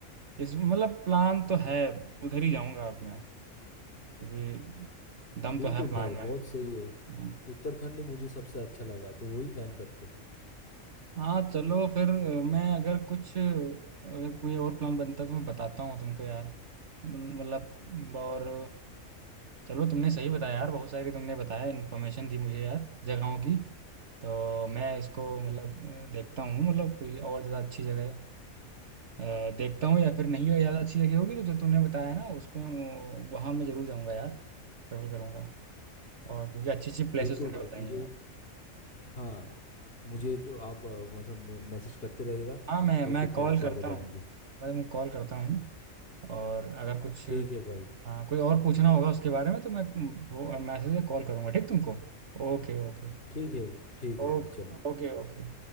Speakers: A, on the right; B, on the left.
A: इस मतलब प्लान तो है उधर ही जाऊंगा अब मैं क्योंकि दम
B: बिल्कुल
A: तो है प्लान
B: भाई
A: में
B: बहुत सही है
A: हम्म।
B: उत्तराखंड ही मुझे सबसे अच्छा लगा तो वही प्लान करते
A: हाँ चलो फिर अ, मैं अगर कुछ अगर कोई और प्लान बनता है तो मैं बताता हूँ तुमको यार म- मतलब और चलो तुमने सही बताया यार बहुत सारी तुमने बताया इन्फॉर्मेशन दी मुझे यार जगहों की तो मैं इसको मतलब अ, देखता हूँ मतलब कोई और ज़्यादा अच्छी जगह अ, देखता हूँ या फिर नहीं हो ज़्यादा अच्छी जगह होगी तो जो तूने बताया है ना उसमें वो- वहाँ मैं ज़रूर जाऊँगा यार ट्रेवल करूँगा और क्योंकि अच्छी अच्छी प्लेसेस
B: बिल्कुल
A: तूने
B: भाई
A: बताई
B: मुझे
A: हैं यार
B: हाँ मुझे तो आप अ, मतलब मैसेज करते रहेगा
A: हाँ मैं
B: तो
A: मैं
B: फिर प्लान
A: कॉल
B: को
A: करता
B: आगे बढ़ाएंगे
A: हूँ मैं मैं कॉल करता हूँ और अगर कुछ
B: ठीक है भाई
A: हाँ कोई और पूछना होगा उसके बारे में तो मैं मैसेज या कॉल करूँगा ठीक तुमको Okay okay
B: ठीक है ठीक
A: Okay
B: है भाई चलो
A: okay okay